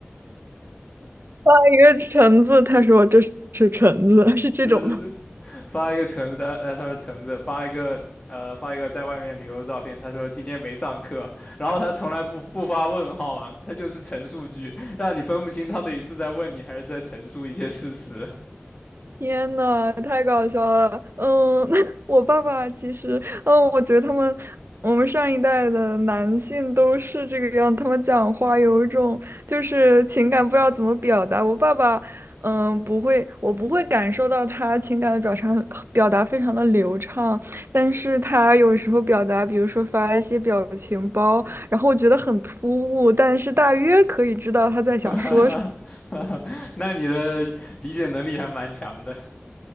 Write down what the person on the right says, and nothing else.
发一个橙子，他说这是橙子，<laughs> 是这种吗？
天呐，太搞笑了！嗯，<laughs> 我爸爸其实，嗯，我觉得他们，我们上一代的男性都是这个样，他们讲话有一种就是情感不知道怎么表达。我爸爸，嗯，不会，我不会感受到他情感的表达表达非常的流畅，但是他有时候表达，比如说发一些表情包，然后我觉得很突兀，但是大约可以知道他在想说。